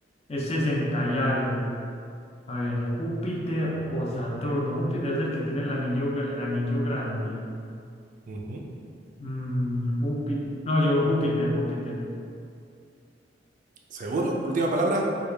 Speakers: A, on the left; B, on the right.
A: es 60 y algo. A ver, Júpiter
B: Mm.
A: o Saturno. Júpiter es el que tiene el anillo, gra- el anillo grande.
B: Ujú.
A: Mm, Júpiter. No, yo Júpiter, Júpiter.
B: ¿Seguro? Última palabra.